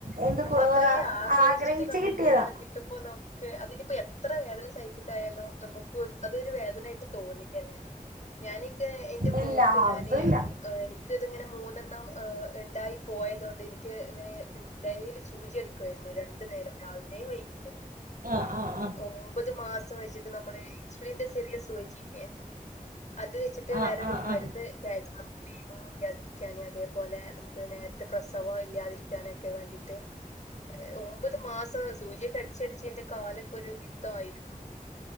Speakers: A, on the right; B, on the left.
A: എന്ത്
B: നമ്മൾ അത്രയും ആഗ്രഹിച്ചിട്ട്
A: ആഗ്രഹിച്ച്
B: നമുക്ക്
A: കിട്ടിയതാ
B: <unintelligible> അതിനിപ്പോ എത്ര വേദന സഹിച്ചിട്ടായാലും നമുക്ക് അതൊരു വേദനായിട്ട് തോന്നില്ല ലെ ഞാനിത് എന്റെ
A: ഇല്ല
B: മോക്ക്
A: അതുല്ല
B: ഞാന് എനിക് ഇത്ങ്ങനെ മൂന്നെണ്ണം ഇ ണ്ടായി പോയതൊണ്ട് എനിക്ക് ഇങ്ങനെ ഡെയിലി സൂചി അടിക്കുവായിരുന്നു രണ്ട് നേരം രാവിലെയും വൈകിട്ടും
A: ആ ആ ആ
B: ഒമ്പത് മാസം വെച്ചിട്ട് നമ്മള് സ്ലിന്റെ ചെറിയ സൂചില്ലേ അത് വെച്ചിട്ട്
A: ആഹ്
B: വേറരു
A: ആഹ്
B: മരുന്ന്
A: ആഹ്
B: <unintelligible> അതേപോലെ നമു നേര്ത്തെ പ്രസവം ഇല്ലാതിരിക്കാനൊക്കെ വേണ്ടിട്ട് ട്ട് ഒമ്പത് മാസം സൂചിയൊക്ക അടിച്ചടിച്ച് എന്റെ കാലൊക്കെ ഒരു വി തായിരുന്നു